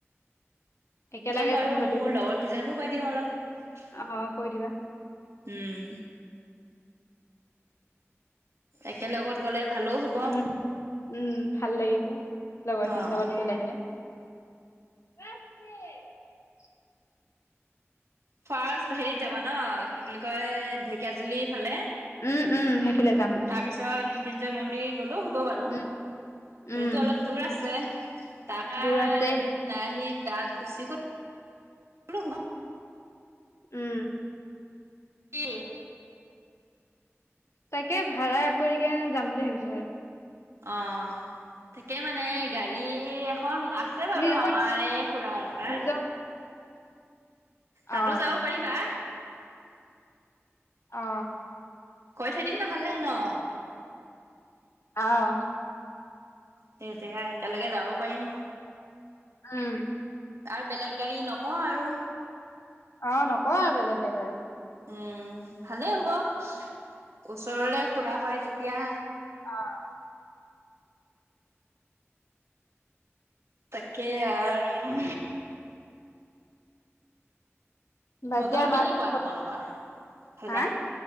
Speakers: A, on the left; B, on the right.
A: একেলগে
B: যাম বাৰু
A: গোটেইখিনি
B: মোৰ লগৰ কেইজনকো কৈ দিম অলপ।
A: অ কৈ দিবা
B: উম। একেলগত গ'লে ভালো হ'ব।
A: উম উম, ভাল লাগিব লগৰ খিনিৰ
B: অ',
A: লগত গ'লে মানে। <unintelligible>
B: ফাৰ্ষ্ট হেৰিত যাবা ন কি বুলি কয়ে ঢে কিয়াজুলি ফালে
A: উম উম সেইফালে যাম
B: তাৰপিছত মৃত্যুঞ্জয় মন্দিৰ গলেও হ'ব বাৰু
A: উম উম
B: সেইতো অলপ দূৰ আছে। তাৰপৰা
A: দূৰ আছে
B: এই আহি তাত গুচি গ'লো।
A: উম।
B: কি?
A: তাকে ভাড়া কৰিকে যাম বুলি ভাবিছো আৰু।
B: অ' তাকে মানে গাড়ী এ এখন আছে বাৰু
A: নিজৰ
B: আমাৰ এই খুুৰাৰ এটাৰ
A: নিজৰ অ
B: তাতো যাব পাৰিবা।
A: অ।
B: কৈ থৈ দিম নহলে ন।
A: অহ।
B: দে দে দেয়া একেলগে যাব পাৰিম।
A: উম।
B: আৰু বেলেগ গাড়ী নকওঁ আৰু
A: অ' নকও আৰু বেলেগ গাড়ী বাৰু।
B: উম, ভালেই হ'ব ওচৰলে খুৰা হয়, যেতিয়া
A: অহ।
B: তাকে আৰু
A: বাকী
B: বতৰ
A: আৰু মা
B: কেনেকুৱা
A: কি কৰিছে
B: তোমালোকৰ ফালে
A: হা